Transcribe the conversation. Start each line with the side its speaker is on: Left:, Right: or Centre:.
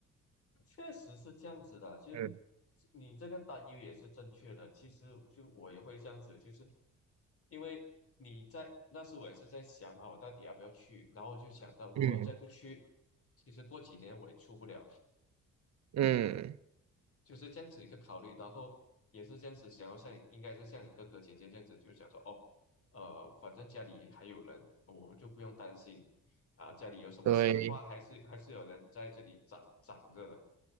Left: 确实是这样子的。就
Right: 嗯
Left: 你这个担忧也是正确的。其实就我也会这样子，就是因为你在那时我也是在想嘛，我到底要不要去？然后就想到，如果再不去，
Right: 嗯
Left: 其实过几年我也出不了。
Right: 嗯，
Left: 就是这样子一个考虑，然后也是这样子想要像你应该是像你哥哥姐姐这样子，就想说哦，呃，反正家里还有人，我就不用担心啊，家里有什么事的话，
Right: 对，
Left: 还是还是有人在这里长长着的。